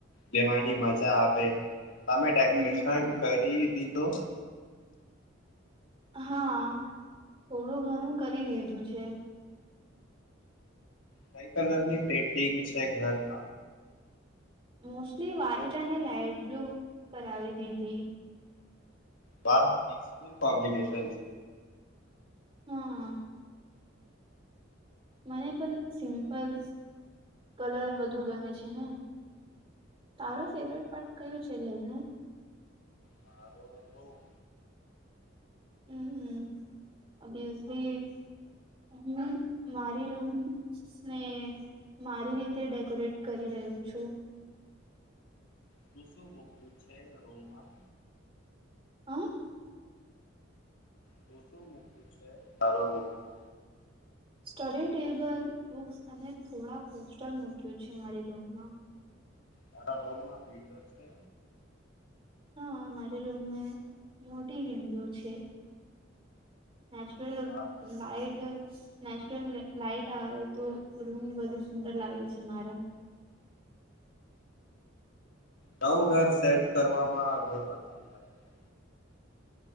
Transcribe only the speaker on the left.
લેવાની મજા આવે તમે ડેકોરેશન
કરી દીધો
કઈ કલર ની પેન્ટિંગ છે ઘર હ.
વાહ કોમ્પિશન
મારો હઉ.
શું શું મૂક્યું છે રૂમમાં?
શું શું મૂકયુ છે તારો રૂમમાં?
તારા લોમ માં ભીલો છે?
વાહ
નવ ઘર સેટ કરવા માં ઘનો ટાઈમ લાગે.